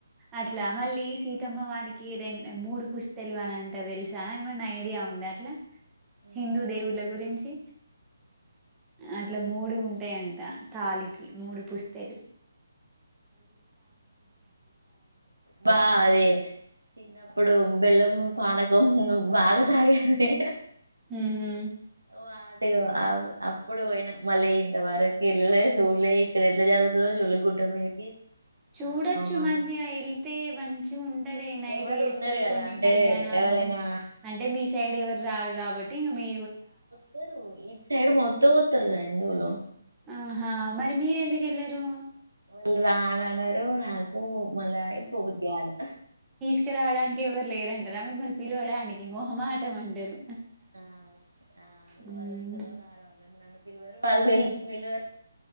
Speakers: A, on the right; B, on the right.
A: అట్లా మళ్ళీ సీతమ్మ వారికి రెం మూడు పుస్తలు అని అంట తెలుసా ఏమన్నా ఐడియా ఉందిా అట్లా
B: ఉమ్,
A: హిందూ
B: నాకు
A: దేవుల
B: అవి
A: గురించి అట్లా మూడు ఉంటాయంట తాళికి మూడు పుస్తేలు
B: బా అదే చిన్నప్పుడు బెల్లం పానకం బాగా తాగేది
A: ఉహు
B: ఓ ఆడు ఆ అప్పుడు పోయిన మళ్ళీ ఇంతవరకు ఎల్లలే చూళ్ళే ఇక్కడ ఎట్లా జరుగుతుందో చూళ్ళే గుట్ట మీదకి
A: చూడొచ్చు
B: ఆ మన
A: మంచిగా వెళ్తే మంచి <unintelligible> అది నైట్
B: ఎవరు
A: చేస్తారు
B: ఉండరు కదా
A: కొన్ని
B: అంటే
A: కళ్యాణాలు
B: ఎవరైనా
A: అంటే మీ సైడ్ ఎవరురారు కాబట్టి ఇంగ మీ
B: తారు ఇది సైడ్ మొత్తం ఉతారు నువు లో
A: ఆహా మరి మీరు ఎందుకు వెళ్ళారు
B: వాళు రాన అన్నారు నాకు మలయి పోగుది అంట
A: ఇకి రావడానికి ఎవరు లేరంటారా మిమ్మల్ని పిలవడానికి మొహమాటం అంటారు
B: ఆ ఆ ఇ
A: హ్మ్.
B: వాళ్ళు వస్తారో రారో అండి వాళ్ళు ఇళ్ళు విళ్ళు